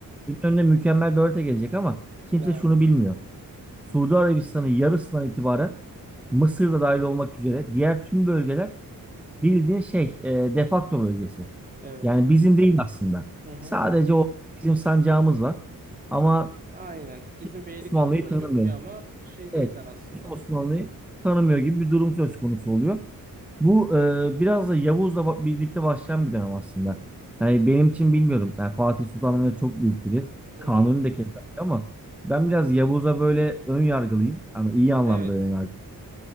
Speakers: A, in the centre; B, on the right (about 25°).
A: benim önüne mükemmel bir harita gelecek ama kimse
B: Aynen.
A: şunu bilmiyor. Suudi Arabistan'ın yarısından itibaren Mısır'da dahil olmak üzere diğer tüm bölgeler Bildiğin şey e, defakto bölgesi.
B: Evet.
A: Yani bizim değil aslında.
B: Hı hı.
A: Sadece o bizim sancağımız var. Ama
B: Aynen.
A: kimse
B: Bizim beylik
A: Osmanlı'yı
B: altında
A: tanımıyor.
B: görünüyor ama şey
A: Evet,
B: değiller aslında.
A: kimse Osmanlı'yı tanımıyor gibi bir durum söz konusu oluyor. Bu e, biraz da Yavuz'la ba- birlikte başlayan bir dönem aslında. Yani benim için bilmiyorum. Yani Fatih Sultan Mehmet çok büyük biri.
B: Hı
A: Kanuni
B: hı.
A: de keza öyle ama ben biraz Yavuz'a böyle ön yargılıyım. Ama iyi anlamda
B: Evet.
A: ön önyargılıyım.